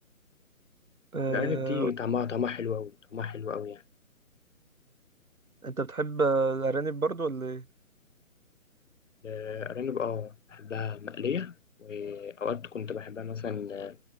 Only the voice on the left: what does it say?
الارانب دي طعمها طعمها حلو قوي طعمها حلو قوي يعني
الارانب اه بحبها مقليه واوقات كنت بحبها مثلا آه،